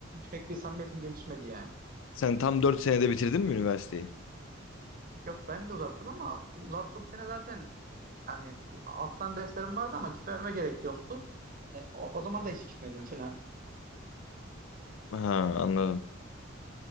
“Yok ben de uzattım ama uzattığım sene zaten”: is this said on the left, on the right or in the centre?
Right